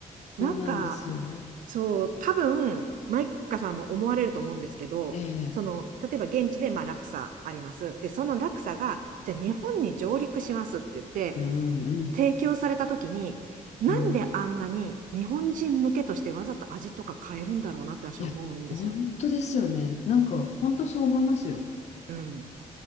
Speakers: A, on the right; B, on the left.
A: なんか、
B: そうなんですよ。
A: そう、多分、マイカさんも思われると思うんですけど、
B: ええ、
A: その、例えば現地でまあ落差あります。で、その落差が、じゃあ日本に上陸しますって言って、
B: うん、うん、
A: 提供された時に、なんであんなに日本人向けとしてわざと味とか変えるんだろうなって私は思うんですよ。
B: うん。いや、本当ですよね。なんか、本当そう思いますよ。
A: うん。